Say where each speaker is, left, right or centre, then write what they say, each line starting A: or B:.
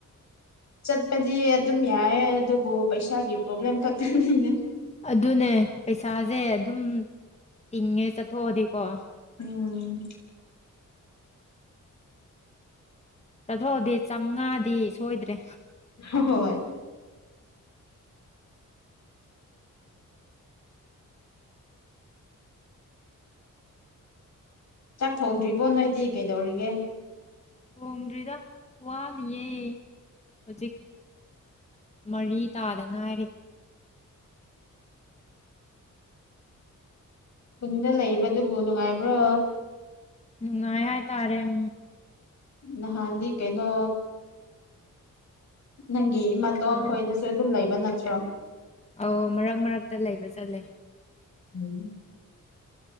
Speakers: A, on the left; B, on the left.
A: ꯆꯠꯄꯗꯤ ꯑꯗꯨꯝ ꯌꯥꯏꯌꯦ ꯑꯗꯨꯕꯨ ꯄꯩꯁꯥꯒꯤ ꯄ꯭ꯔꯣꯕ꯭ꯂꯦꯝ ꯈꯛꯇꯅꯤꯅꯦ
B: ꯑꯗꯨꯅꯦ ꯄꯩꯁꯥꯁꯦ ꯑꯗꯨꯝ ꯇꯤꯡꯉꯦ ꯆꯠꯊꯣꯛꯑꯗꯤꯀꯣ
A: ꯎꯝ
B: ꯆꯠꯊꯣꯛꯑꯗꯤ ꯆꯥꯝꯃꯉꯥꯗꯤ ꯁꯣꯏꯗ꯭ꯔꯦ
A: ꯍꯣꯏ ꯆꯥꯛ ꯊꯣꯡꯗ꯭ꯔꯤꯕꯣ ꯅꯣꯏꯗꯤ ꯀꯩꯗꯧꯔꯤꯒꯦ
B: ꯍꯣꯡꯗ꯭ꯔꯤꯗ ꯋꯥꯂꯤꯌꯦ ꯍꯧꯖꯤꯛ ꯃꯔꯤ ꯇꯥꯗ ꯉꯥꯏꯔꯤꯦ
A: ꯄꯨꯨꯡꯗ ꯂꯩꯕꯗꯨꯕꯨ ꯅꯨꯡꯉꯥꯏꯕ꯭ꯔꯣ
B: ꯅꯨꯡꯉꯥꯏ ꯍꯥꯏꯇꯥꯔꯦ ꯎ
A: ꯅ ꯍꯥꯟꯗꯤ ꯀꯦꯩꯅꯣ ꯅꯪ ꯏ ꯃꯇꯣꯟ
B: ꯑꯥ
A: ꯈꯣꯏꯗꯁꯨ ꯑꯗꯨꯝ ꯂꯩꯕ ꯅꯠꯇ꯭ꯔꯣ
B: ꯑꯧ ꯃꯔꯛ ꯃꯔꯛꯇ ꯂꯩꯕ ꯆꯠꯂꯦ
A: ꯎꯝ